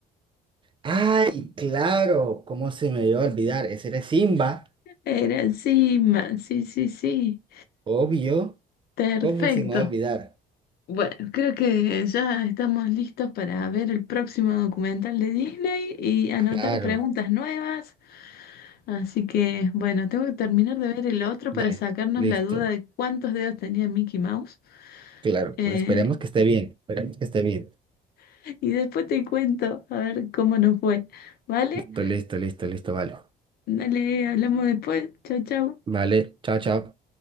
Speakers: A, on the right; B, on the left.
A: Ay, claro, ¿cómo se me iba a olvidar? Ese era Simba,
B: Era encima, sí, sí, sí.
A: obvio.
B: Perfecto.
A: ¿Cómo se me va a olvidar?
B: Bueno, creo que ya estamos listos para ver el próximo documental de Disney y anotar
A: Claro.
B: preguntas nuevas. Así que, bueno, tengo que terminar de ver el otro para
A: Dale,
B: sacarnos
A: listo.
B: la duda de cuántos dedos tenía Mickey Mouse.
A: Claro,
B: Eh,
A: pues esperemos que esté bien. Esperemos que esté bien.
B: <laughs> y después te cuento a ver cómo nos fue. ¿Vale?
A: Listo, listo, listo, listo, vale.
B: Dale, hablamos después. Chau, chau.
A: Vale, chao, chao.